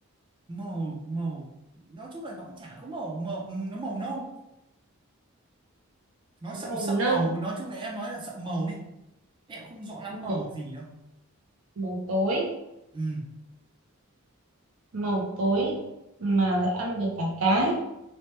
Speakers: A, on the right (about 20°); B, on the right (about 70°).
A: màu màu nói chung là nó chả có màu màu nó màu nâu nó
B: túi
A: sậm
B: màu
A: sậm
B: nâu
A: màu nói chung là em nói là sậm màu đi em cũng không rõ lắm màu
B: màu,
A: gì đâu
B: màu tối
A: ừ
B: màu tối mà lại ăn được cả cái